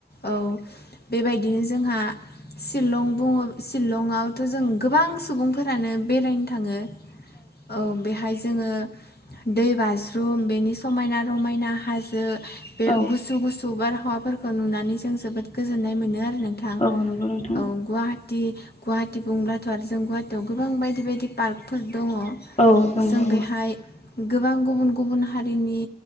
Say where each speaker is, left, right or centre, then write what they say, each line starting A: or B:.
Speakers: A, on the left (about 70°); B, on the left (about 40°).
A: औ बेबायदिनो जोंहा शिलं बुङो शिलंआवथ' जों गोबां सुबुंफोरानो बेरायनो थाङो औ बे हाय जोङो दै बाज्रुम बेनि समायना रमायना हाजो बे
B: औ
A: गुसु गुसु बारहावाफोरखौ नुनानै जों जोबोद गोजोननाय मोनो आरो नोंथां
B: औ नंगौ नोंथां
A: औ गुवाहाटी गुवाहा- टी बुंब्लाथ' आरो जों गुवाहाटीयाव गोबां बायदि बायदि पार्कफोर दङ
B: औ दङ
A: जों
B: औ
A: बेहाय गोबां गुबुन गुबुन हारिनि